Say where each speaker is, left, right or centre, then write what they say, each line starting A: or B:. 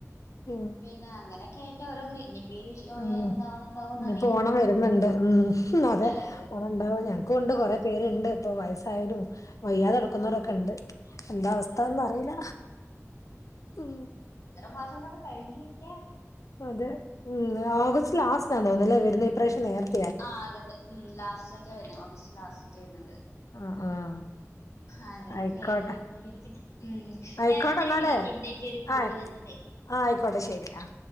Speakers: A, on the left (about 85°); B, on the left (about 65°).
A: ഉം
B: പിന്ന അങ്ങനെ <unintelligible>
A: ഉം ഇനിയിപ്പോ ഓണം വരുന്നുണ്ട് ഉം അതെ
B: അതായത്
A: ഓണം ഉണ്ടാവും ഞങ്ങക്ക് കൊണ്ട് കൊറെ പേരുണ്ട് ഇപ്പ വയസ്സായാലും വയ്യാത ന്നരൊക്കെ
B: ആഹ്
A: ഉണ്ട് എന്ത അവസ്ഥന്ന്
B: അതെ
A: അറിയില്ല ഉം
B: മസാവ കൊ കഴിഞ്ഞ കിട്ട
A: അതെ ഉം ഓഗസ്റ്റ് ലാസ്റ്റിനാ തോന്നുന്നല്ലേ വരുന്ന ഈ പ്രാവശ്യം നേരത്തെ
B: ആഹ് അതെതെ ഉം ലാസ്റ്റ ഒക്കെയ വരുന്നു ഓഗസ്റ്റ് ലാസ്റ്റ ഒക്കെ വരുന്നുണ്ട്
A: ആഹ് ആഹ്
B: അങ്ങനൊക്കെയ
A: ആയിക്കോട്ടെ
B: ആയിട്ട് വന്നോണ്ടിരിക്കുന്നു ഉം
A: ആയിക്കോട്ടെ
B: ഞാൻ എന്തലും
A: എന്നാലേ
B: വിളിക്കണ്ടെ എനിക്ക് ഒരു കോള്
A: ആഹ്
B: വന്നണ്ടേ
A: ആഹ് ആയിക്കോട്ടെ ശെരി.